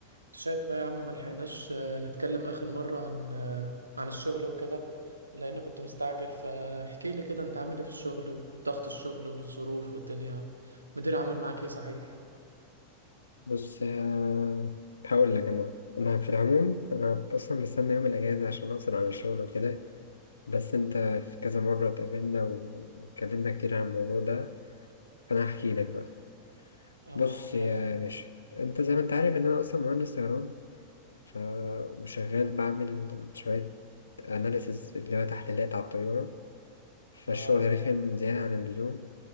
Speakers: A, on the right; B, on the left.
A: انت شايف بقى يا عم ما لحقناش آه، نتكلم اخر مرة عن آه، عن الشغل وكده لان كنت مستعجل فاحكي لي كده انت عامل ايه في الشغل وضغط الشغل والظروف والدنيا مدير عامل معاك ايه صحيح
B: بص آه، هقول لك انا انا في العموم انا اصلا مستني يوم الاجازه عشان افصل عن الشغل وكده بس انت في كذا مره اتقابلنا و- واتكلمنا كتير عن الموضوع ده فانا هحكي لك بقى
A: اه
B: بص
A: معاك
B: يا
A: يلا
B: باشا انت زي ما انت عارف ان انا اصلا مهندس طيران ف وشغال بعمل شويه اناليسز اللي هو تحليلات على الطياره فالشغل
A: اه
B: رخم زياده عن اللزوم